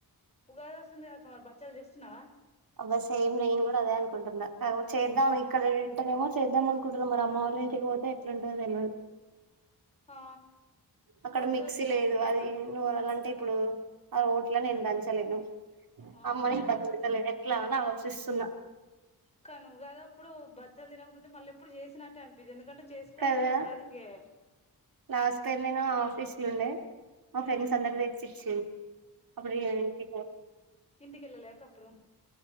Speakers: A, on the left; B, on the right.
A: ఉగాది వస్తుంది కదా అక్క మరి పాచ్చలు చేస్తున్నావా
B: అబ్బా సేమ్ నేను కూడా అదే అనుకుంటుందా చేద్దాం ఇక్కడ ఏంటేనేమో చేద్దాం అనుకుంటున్నా మరి అమ్మ అమ్మ వల్ల ఇంటికి పోతే ఎట్లుంటదో తెలువదు
A: ఆ
B: అక్కడ
A: బచ్చాలు
B: మిక్సీ
A: తిన
B: లేదు అది నూరళ అంటే ఇప్పుడు ఆ రోట్లో నేను దంచలేను
A: ఆ
B: అమ్మని బాధ పెట్టలేను ఎట్లా అని ఆలోచిస్తున్నా
A: కను గాదప్పుడు బచ్చలు తినకపోతే మళ్ళీ ఇప్పుడు చేసినట్టే అనిపీదు ఎందుకంటే చేసుకునేది
B: కదా
A: ఉగాదికె
B: లాస్ట్ టైం నేను ఆఫీస్లో ఉండే మా
A: ఉమ్
B: ఫ్రెండ్స్ అందరు తెచ్చి ఇచ్చి అప్పుడు ఏంటి ఇక
A: ఇంటికెల్ల లేక అప్పుడు